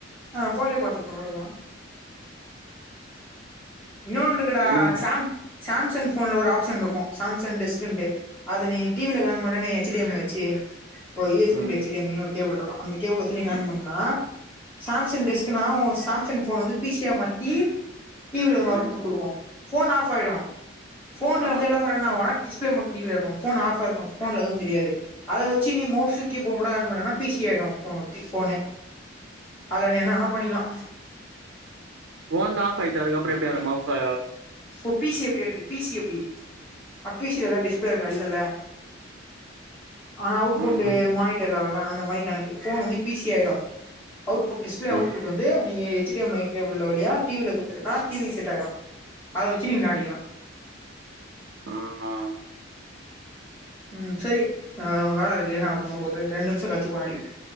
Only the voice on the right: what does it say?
எனக்கு
ம்
ம்
ம்
ஆ
ஃபோன்தா ஆஃப் ஆயிட்டே அதுக்கப்றோ எப்டி அத மவுஸா
ம்
<inaudible>
ம்
ஆமா